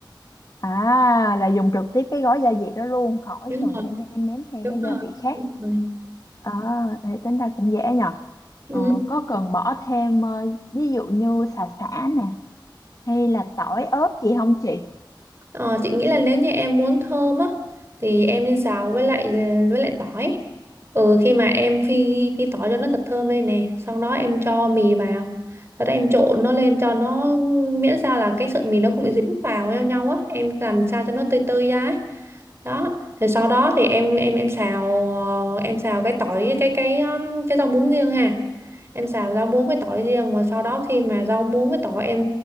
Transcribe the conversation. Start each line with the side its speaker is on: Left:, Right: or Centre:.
Left: À là dùng trực tiếp cái gói gia vị đó luôn khỏi
Right: Đúng
Left: cần
Right: rồi,
Left: phải nêm nếm thêm
Right: đúng
Left: mấy
Right: rồi.
Left: gia vị khác.
Right: Đúng rồi.
Left: À, thì tính ra cũng dễ nhờ.
Right: Ừ.
Left: Ờ, có cần bỏ thêm ờ, ví dụ như xà xả nè hay là tỏi ớt gì không chị?
Right: Ờ, chị nghĩ là nếu như em muốn thơm á thì em nên xào với lại với lại tỏi. Ừ khi mà em phi phi tỏi cho nó thật thơm lên nè, sau đó em cho mì vào. Sau đó em trộn nó lên cho nó miễn sao là cái sợi mì nó không bị dính vào nhau nhau á, em làm sao cho nó tơi tơi ra. ấy đó thì sau đó thì em em em xào ờ, em xào cái tỏi cái cái um, cái rau muống riêng ha em xào rau muống với tỏi riêng mà sau đó khi mà rau muống với tỏi em